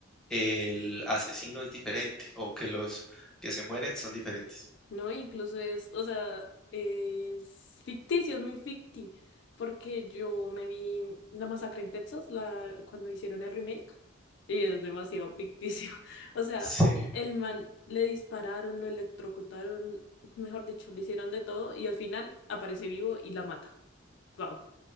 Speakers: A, in the centre; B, on the left (about 60°).
A: el asesino es diferente o que los que se mueren son diferentes.
B: No, incluso es, o sea, es ficticio, es muy ficti, porque yo me vi La Masacre en Texas, la, cuando hicieron el remake, y es demasiado ficticio. <laughs> O sea,
A: Sí,
B: el man le dispararon, lo electrocutaron, mejor dicho, le hicieron de todo, y al final aparece vivo y la mata. Wow. O